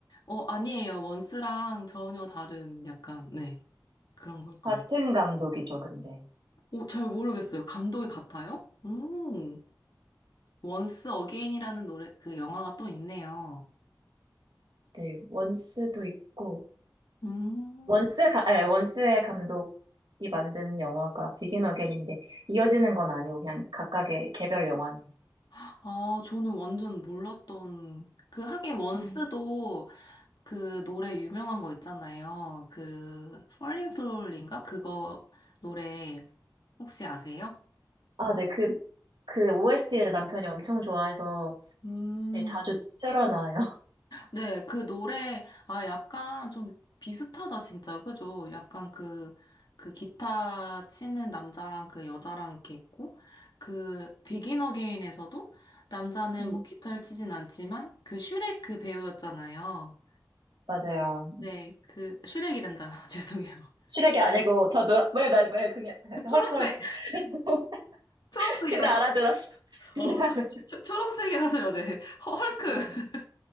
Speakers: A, on the left (about 75°); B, on the right (about 80°).
A: 어, 아니에요. 원스랑 전혀 다른 약간, 네, 그런 걸걸.
B: 같은 감독이죠, 근데.
A: 오, 잘 모르겠어요. 감독이 같아요? 음, 원스 어게인이라는 노래, 그 영화가 또 있네요.
B: 네, 원스도 있고
A: 음,
B: 원스 가, 아니, 원스의 감독이 만든 영화가 비긴 어게인인데 이어지는 건 아니고 그냥 각각의 개별 영화네요.
A: 아, 저는 완전 몰랐던, 그 하긴 원스도
B: 음.
A: 그 노래 유명한 거 있잖아요. 그 Falling Slowly인가? 그거 노래 혹시 아세요?
B: 아, 네. 그, 그 OST를 남편이 엄청 좋아해서
A: 음,
B: 네, 자주 틀어놔요.
A: 네, 그 노래 아 약간 좀 비슷하다 진짜. 그죠? 약간 그 그 기타 치는 남자랑 그 여자랑 이렇게 있고 그 비긴 어게인에서도 남자는
B: <laughs> 음,
A: 뭐 기타를 치진 않지만 그 슈렉 그 배우였잖아요.
B: 맞아요.
A: 네, 그 슈렉이란다. <laughs> 죄송해요.
B: 슈렉이 아니고 더 노, 왜, 나, 왜, 그냥,
A: 그 초록색
B: 헐크, 헐크. <laughs>
A: 초록색이라서
B: 근데 알아들었어. 근데
A: 어,
B: 알아.
A: 초, 초- 초록색이 라서요, 네. 허- 헐크, <laughs>
B: 음,